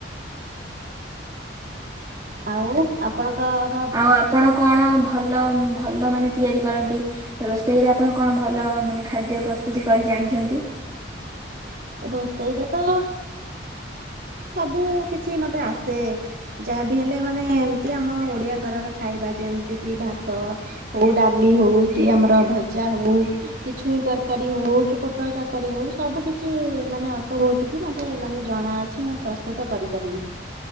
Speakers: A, on the right; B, on the right.
A: ଆଉ ଆପଣଙ୍କ
B: ଆଉ ଆପଣ କଣ ଭଲ ଭଲ ମାନେ ତିଆରି କରନ୍ତି? ରୋଷେଇରେ ଆପଣ କଣ ଭଲ ମାନେ ଖାଦ୍ୟ ପ୍ରସ୍ତୁତି କରି ଜାଣିଛନ୍ତି?
A: ରୋଷେଇରେ ତ ସବୁ କିଛି ମତେ ଆସେ। ଯାହାବି ହେଲେ ମାନେ ଏମତି ଆମ ଓଡିଆ ଘରର ଖାଇବା ଯେମିତି କି ଭାତ ହଉ ଡାଲି ହଉ କି ଆମର ଭଜା ହଉ। କି ଛୁଇଁ ତରକାରୀ ହଉ କି ପୋଟଳ ତରକାରୀ ହଉ ସବୁ କିଛି କିଛି ମାନେ ଅଳ୍ପ ବହୁତ କି ମତେ ମାନେ ଜଣା ଅଛି ମୁଁ ପ୍ରସ୍ତୁତ କରିପାରିବି।